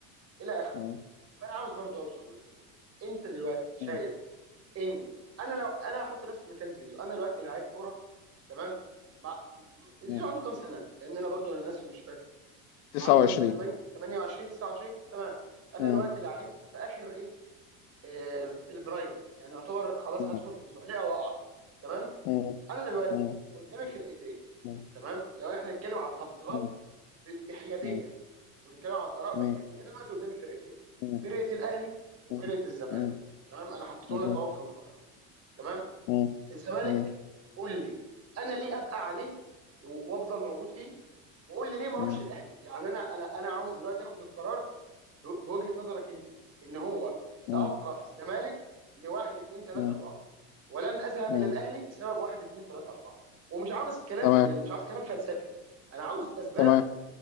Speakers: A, on the right; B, on the left.
A: الى اخره
B: مم.
A: فانا عاوز برضو اوصل للفكره دي. انت دلوقتي شايف
B: مم.
A: ان انا لو انا هحط نفسي مكان زيزو انا دلوقتي لعيب كوره تمام مع... م- زيزو
B: مم.
A: عنده كام سنه لان انا برضو انا ناسي مش فاكر
B: 29
A: عنده كام سنه 8 28 29 تمام انا
B: مم.
A: دلوقتي لعيب في اخر ايه آه البرايم يعني يعتبر خلاص
B: مم.
A: هدخل في الزحليقه واقع تمام
B: مم.
A: انا دلوقتي
B: مم.
A: قدامي فرقتين
B: مم.
A: تمام لو احنا هنتكلم على التفضيلات
B: مم.
A: ب- بحياديه
B: مم.
A: ونتكلم على الاراء
B: مم.
A: بحياديه انا دلوقتي قدامي فرقتين
B: مم.
A: فرقه الاهلي وفرقه
B: مم.
A: الزمالك
B: مم.
A: تمام انا حطيتهم
B: مم.
A: لك
B: مم.
A: اهو في مقارنه تمام
B: مم.
A: الزمالك
B: مم.
A: قول لي انا ليه ابقى عليه و- وافضل موجود فيه وقول لي ليه ما
B: مم.
A: اروحش الاهلي يعني انا انا انا عاوز دلوقتي اخد القرار ب- بوجهة نظرك انت ان هو سابقى
B: مم.
A: في الزمالك لواحد اتنين تلاته
B: مم.
A: اربعه ولن اذهب
B: مم.
A: الى الاهلي بسبب واحد اتنين تلاته اربعه ومش عاوز كلام
B: تمام
A: يعني مش عاوز كلام فلسفي انا عاوز اسباب
B: تمام